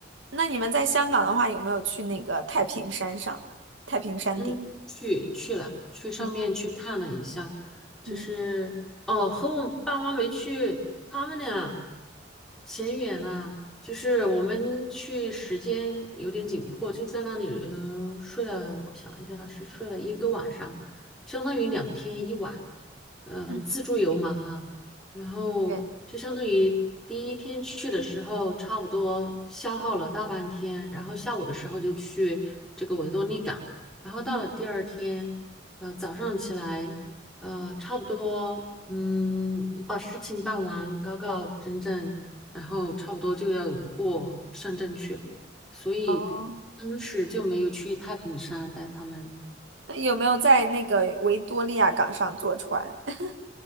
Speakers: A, on the right; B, in the centre.
A: 那你们在香港的话，有没有去那个太平山上？太平山顶？
B: 嗯，去去了，去上面去看了一下，
A: 嗯
B: 就是哦，
A: 嗯
B: 和我爸妈没去，他们俩嫌远了，就是我们去时间有点紧迫，就在那里，嗯、睡了，我想一下，是睡了一个晚上，相当于两天一晚，嗯、
A: 嗯，
B: 自助游嘛哈，然后就相当于第一天去的时候，
A: 对，
B: 差不多消耗了大半天，然后下午的时候就去这个维多利港。然后到了第二天，
A: 嗯
B: 呃，早上起来，呃，差不多，嗯，把事情办完，搞搞整整，然后差不多就要过深圳去了，所以
A: 哦，
B: 当时就没有去太平山带他们。
A: 那有没有在那个维多利亚港上坐船？<laughs>